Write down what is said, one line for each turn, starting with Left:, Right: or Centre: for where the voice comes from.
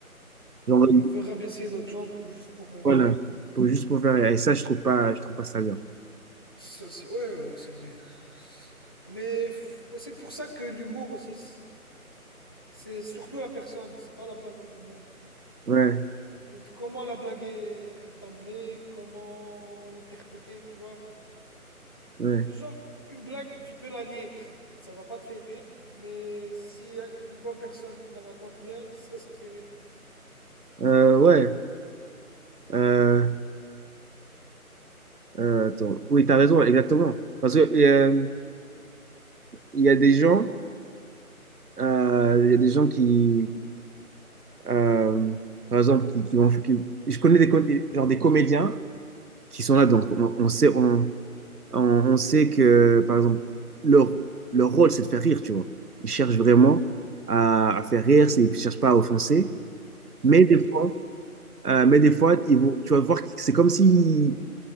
Right: Genre,
Left: Ouais, ils veulent rabaisser d'autres gens pour juste pour faire
Right: voilà.
Left: rire.
Right: Pour, juste pour faire rire. Et ça, je trouve pas, je trouve pas ça bien.
Left: Ça, c'est ouais, ouais, c'est vrai. Mais f- ouais, c'est pour ça que l'humour aussi, c'est c'est surtout la personne, c'est pas la blague en elle-même.
Right: Ouais,
Left: Et de Comment la blague est est amenée, comment l'interpréter, tu vois.
Right: ouais.
Left: Genre, une blague, tu peux la lire, ça va pas te faire rire, mais si euh, une bonne personne la raconte bien, ça, ça te fait rire.
Right: Euh, ouais. Euh, euh, attends. Oui, t'as raison, exactement. Parce que, euh, il y a des gens, euh, il y a des gens qui, euh, par exemple, qui, qui vont, qui- je connais des, com- genre des comédiens qui sont là, donc on, on sait, on, on- on sait que, par exemple, leur, leur rôle, c'est de faire rire, tu vois. Ils cherchent vraiment
Left: Ouais,
Right: à, à faire rire, c'est- ils ne cherchent pas à offenser.
Left: ils sont
Right: Mais
Left: payés
Right: des fois,
Left: pour ça.
Right: euh, mais des fois ils vont, tu vas voir que c'est comme si,